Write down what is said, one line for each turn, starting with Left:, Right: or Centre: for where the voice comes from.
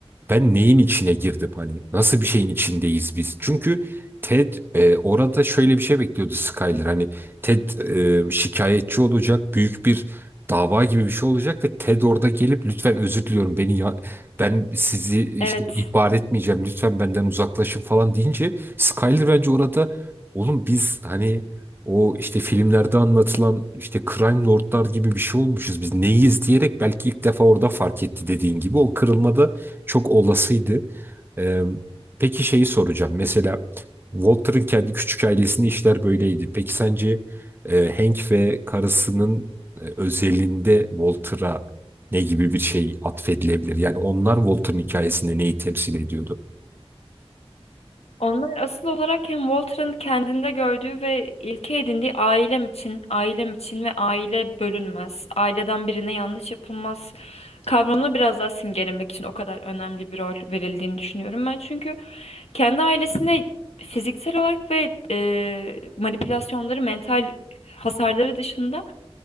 Right: ben neyin içine girdim hani nasıl bir şeyin içindeyiz biz? Çünkü Ted e, orada şöyle bir şey bekliyordu Skyler hani Ted e, şikayetçi olacak büyük bir dava gibi bir şey olacak ve Ted orada gelip lütfen özür diliyorum beni ya ben sizi işte
Left: Evet.
Right: ihbar etmeyeceğim lütfen benden uzaklaşın falan deyince Skyler bence orada oğlum biz hani o işte filmlerde anlatılan işte Crime Lordlar gibi bir şey olmuşuz biz neyiz diyerek belki ilk defa orada fark etti dediğin gibi o kırılmada çok olasıydı. Ee, peki şeyi soracağım. Mesela Walter'ın kendi küçük ailesinde işler böyleydi. Peki sence e, Hank ve karısının e, özelinde Walter'a ne gibi bir şey atfedilebilir? Yani onlar Walter'ın hikayesinde neyi temsil ediyordu?
Left: Onlar asıl olarak hem Walter'ın kendinde gördüğü ve ilke edindiği ailem için, ailem için ve aile bölünmez, aileden birine yanlış yapılmaz kavramını biraz daha simgelemek için o kadar önemli bir rol verildiğini düşünüyorum ben. Çünkü kendi ailesine fiziksel olarak ve e, manipülasyonları, mental hasarları dışında